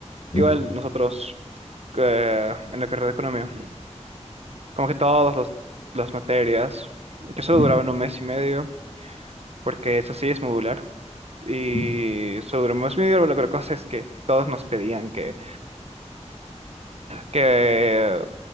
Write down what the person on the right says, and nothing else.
igual
nosotros eh, en la carrera de economía, como que todas los- las materias, que solo
duraban un mes y medio, porque eso sí es modular, y
sobre un mes y medio, pero la otra cosa es que todos nos pedían que, que